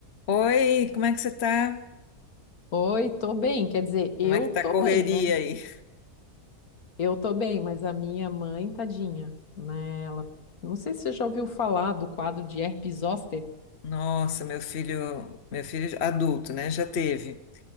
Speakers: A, on the left (about 50°); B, on the left (about 65°).
A: Oi, como é que você tá?
B: Oi, tô bem. Quer dizer, eu
A: Como é que tá
B: tô
A: a correria
B: bem, né?
A: aí?
B: Eu tô bem, mas a minha mãe, tadinha, né? Ela, não sei se você já ouviu falar do quadro de herpes zoster.
A: Nossa, meu filho, meu filho adulto, né? Já teve.